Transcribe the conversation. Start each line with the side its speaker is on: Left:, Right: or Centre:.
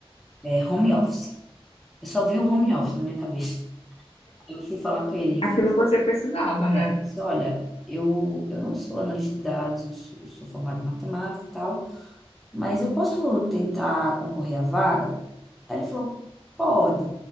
Centre: É, home office. Eu só vi o home office na minha cabeça. <laughs> Aí eu fui falar com ele,
Left: Aquilo
Centre: fiz,
Left: que você precisava, né?
Centre: né, eu disse, olha, eu, eu não sou analista de dados, eu sou, eu sou formado em matemática e tal, mas eu posso tentar concorrer à vaga? Aí ele falou, pode,